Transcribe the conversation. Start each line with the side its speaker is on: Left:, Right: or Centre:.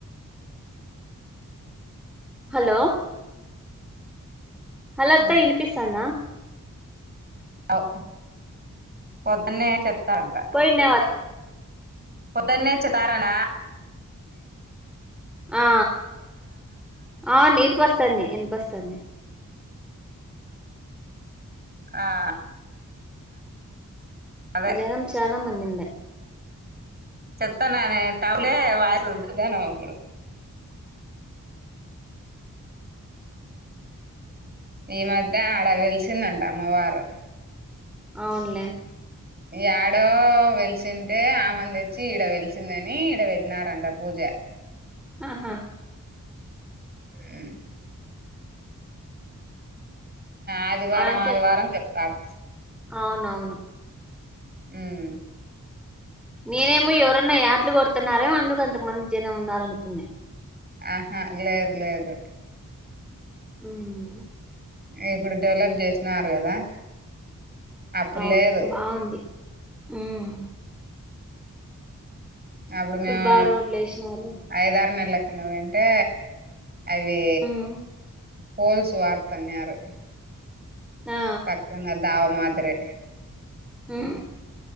Centre: హలో హలో అత్తా
Right: ఉమ్
Centre: వినిపిస్తానా
Right: అవ్ వతన్నే చెత్తారంట
Centre: కిన్యవాద్
Right: పోదన్నే చిదారణ.
Centre: ఆ అవ్ ఇనపిస్తండి ఇనపిస్తంది
Right: ఆ అదే
Centre: జనం చానా మంది దిన్లా
Right: చెప్తానునే టౌలే వాయిసు అప్పుడు. ఈ మధ్య ఆడ వెలిసిందంట అమ్మవారు.
Centre: అవునులే
Right: యాడో వెలిసింటే ఆ మంది తెచ్చి ఈడ వెలిసిందని ఈడ పెట్నారంట పూజ.
Centre: ఆహా
Right: ఆ ఆదివారం
Centre: అంతే
Right: ఆదివారం చెప్తారా.
Centre: అవునవును
Right: ఉమ్మ్
Centre: నేనేమో ఎవరన్నా యాట్లు కొడుతున్నారో అందుకు అంతమంది జనం ఉన్నార అనుకున్నా.
Right: ఆహా లేదు లేదు.
Centre: ఉమ్మ్
Right: ఇప్పుడు డెవలప్ చేసినారు గదా. అప్పుడు
Centre: అవు
Right: లేదు.
Centre: బాగుంది ఉమ్
Right: అప్పుడు
Centre: ఇప్పుడు
Right: మేము
Centre: బాగా రోడ్లు వేసినారు
Right: ఐదారు నెలల కింద పోయి ఉంటే అవి
Centre: ఉమ్
Right: పోల్సు వాడుతున్నారు.
Centre: ఆ
Right: సక్కసంగా దావ మాత్రే
Centre: ఆ